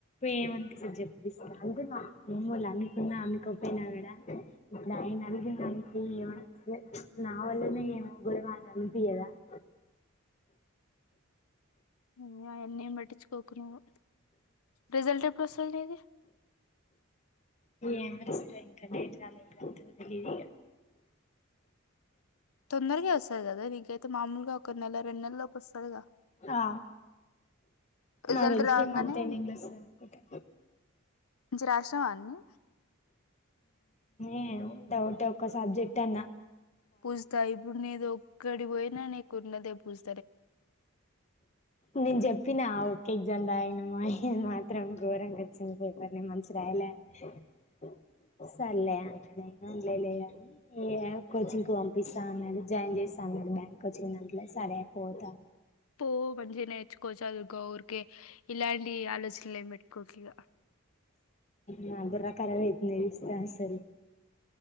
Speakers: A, on the left; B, on the left.
A: ఏమ అసల్ చెప్పిస్త అంటే మా అమ్ళ్ళు అమ్కున్నా అమ్కిపోయినా కద ఇప్పులా ఆయన అగే మా నాకు ఏమనిపిస్తద్ నావల్లనే ఏమో గొడవ అని అనిపియదా <inaudible>
B: నువ్ అయన్నేం పట్టించుకోకు నువ్వు రిజల్ట్ ఎప్పుడు వస్తది నీది
A: ఏమో లిస్ట్ ఇంకా డేట్ రాలేదు తెలియదిగ
B: తొందరగే వస్తది గదా నీకైతే మామూలుగా ఒక నెల రెండు నెల లోపు వస్తదిగా
A: ఆ
B: రిజల్ట్
A: నాకు దెల్సి
B: రాగానే
A: ఈ మాంత్ ఎడింగ్ లో వస్తది అనుకుంటా
B: మంచిగ రాసినవా అన్ని
A: ఏమో డౌట్ ఒక సబ్జెక్ట్ అన్న
B: పూజిత ఇప్పుడు నీదు ఒక్కడి పోయినా నీకున్నదే పూజి
A: నేను జెప్పినా ఎగ్జామ్ రాయలే మామయ్య ఇది మాత్రం ఘోరంగా వచ్చింది పేపర్ నేన్ మంచి రాయలే అని <inaudible> సర్లే అన్నడాయన లేలే అని ఏ కోచింగ్ కు పంపిస్తా అన్నాడు జాయిన్ జేస్తా బ్యాంక్ కోచింగ్ దాంట్ల సరే పోతా
B: పో మంచిగా నేర్చుకో చదువుకో ఊరికే ఇలాంటి ఆలోచనలు ఏం పెట్టుకోకు ఇగా
A: నా బుర్ర కరాబ్ అయితుంది దెల్సా అసలు